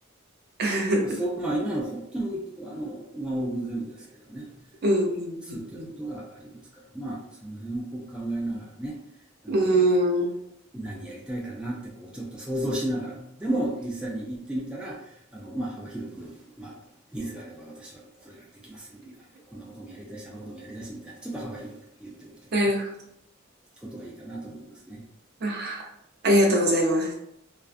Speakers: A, on the right; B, in the centre.
A: <laughs>
B: だからそうまあ、今の本当にあのワンオブゼムですけどね、
A: うんうんうんう
B: そういったことがありますから、まあ、その辺をこう考えながらね、あの
A: ん。<laughs> うーん。
B: 何やりたいかなってこうちょっと想像しながら、でも実際に行ってみたら、あのまあ、幅広く、まあ、ニーズがあれば私はこれができますみたいな、こんなこともやりたいし、あんなこともやりたいしみたいな、ちょっと幅広く言っておくとかね。
A: なるほ
B: ことがいいかなと思いますね。
A: ど。あーありがとうございます。